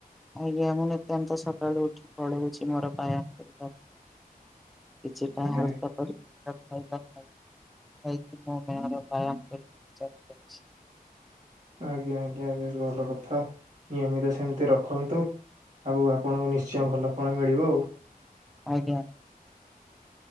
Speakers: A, in the centre; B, on the right.
A: ଆଜ୍ଞା ମୁଁ ନିତାନ୍ତ ସକାଳୁ ଉଠି ପଳଉଛି ମୋର ପାୟା କରିବା। କିଛି ଟା
B: ଆଜ୍ଞା
A: ହଲକା କରେ। <unintelligible> ବ୍ୟାୟାମ କରି ଚାଲି ଯାଉଛି।
B: ଆଜ୍ଞା ଆଜ୍ଞା ବେଶ ଭଲ କଥା ନିୟମିତ ସେମିତି ରଖନ୍ତୁ। ଆଗକୁ ଆପଣଙ୍କୁ ନିଶ୍ଚୟ ଭଲ ଫଳ ମିଳିବ ଆଉ।
A: ଆଜ୍ଞା।